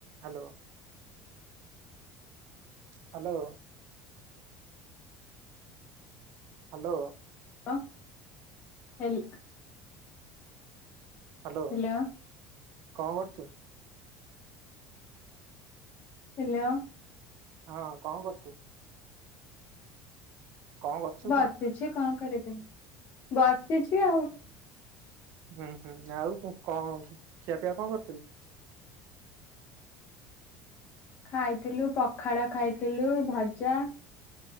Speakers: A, on the right (about 60°); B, on the left (about 40°).
A: Hello hello. Hello.
B: କଣ ହେଲ
A: hello
B: hello
A: କଣ କରୁଚୁ?
B: ହାଲୋ।
A: ହଁ କଣ କରୁଚୁ? କଣ କରୁଛୁ
B: ବସିଛି
A: କଣ?
B: କଣ କରିବି ବସିଛି ଆଉ।
A: ହଁ ହଁ ଆଉ କଣ ଖି ଖିଆପିଇଆ କଣ କରିଥିଲୁ?
B: ଖାଇଥିଲୁ ପଖାଳ ଖାଇଥିଲୁ ଭଜା